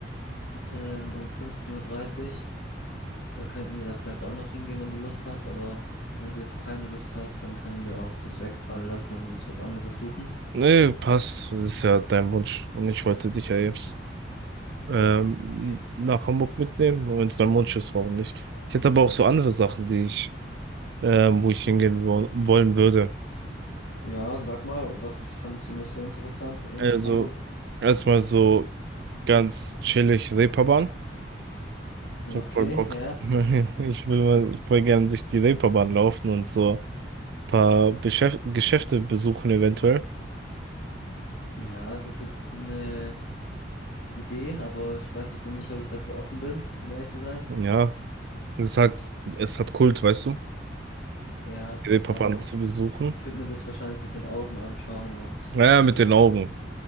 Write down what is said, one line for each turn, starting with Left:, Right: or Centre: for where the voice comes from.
Left: ähm, um 15.30 Uhr. dreißig. Da könnten wir dann vielleicht auch noch hingehen, wenn du Lust hast, aber wenn du jetzt keine Lust hast, dann können wir auch das wegfallen lassen und uns was anderes suchen.
Right: Nee, passt. Das ist ja dein Wunsch. Und ich wollte dich ja jetzt ähm,
Left: Okay.
Right: nach Hamburg mitnehmen. Und wenn es dein Wunsch ist, warum nicht? Ich hätte aber auch so andere Sachen, die ich, ähm, wo ich hingehen wo wollen würde.
Left: Ja, sag mal, was fandest du noch so interessant in
Right: Also,
Left: Hamburg?
Right: erstmal so ganz chillig Reeperbahn.
Left: Okay,
Right: Ich hab voll Bock.
Left: ja.
Right: <laughs> Ich will mal voll gern durch die Reeperbahn laufen und so ein paar Beschäf Geschäfte besuchen eventuell.
Left: Ja, das ist eine Idee, aber ich weiß jetzt noch nicht, ob ich dafür offen bin, um ehrlich zu sein.
Right: Ja, es hat, es hat Kult, weißt du,
Left: Ja,
Right: die Reeperbahn
Left: aber
Right: zu besuchen.
Left: Ich würde mir das wahrscheinlich mit den Augen anschauen und
Right: Naja, mit den Augen.